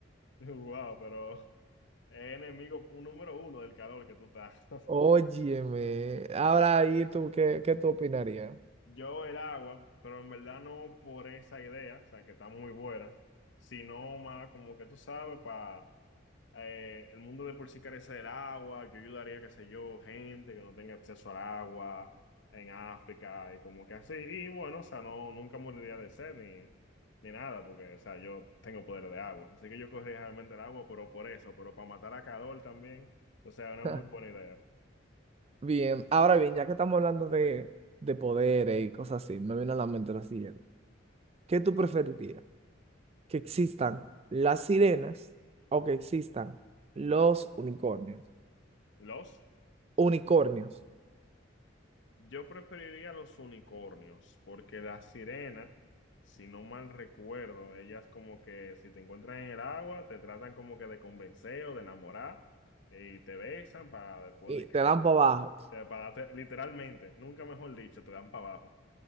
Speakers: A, on the left; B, on the right.
A: Wow, pero es enemigo número uno del calor que tú estás. <laughs>
B: Óyeme. Ahora ahí tú, ¿qué, qué tú opinarías?
A: Yo el agua, pero en verdad no por esa idea, o sea, que está muy buena, sino más como que tú sabes, para el mundo de por sí carece del agua, yo ayudaría, qué sé yo, gente que no tenga acceso al agua en África y como que así. Y bueno, o sea, no, nunca moriría de sed ni, ni nada, porque, o sea, yo tengo poder de agua. Así que yo cogería realmente el agua, pero por eso, pero para matar a calor también, o sea, una
B: <laughs>
A: muy buena idea.
B: Bien, ahora bien, ya que estamos hablando de, de poderes y cosas así, me viene a la mente lo siguiente. ¿Qué tú preferirías? ¿Que existan las sirenas o que existan los unicornios?
A: ¿Los?
B: unicornios
A: Yo preferiría los unicornios, porque las sirenas, si no mal recuerdo, ellas como que si te encuentran en el agua, te tratan como que de convencer o de enamorar eh, y te besan para después
B: y
A: de que,
B: te dan para abajo.
A: eh, para darte- literalmente, nunca mejor dicho, te dan para abajo.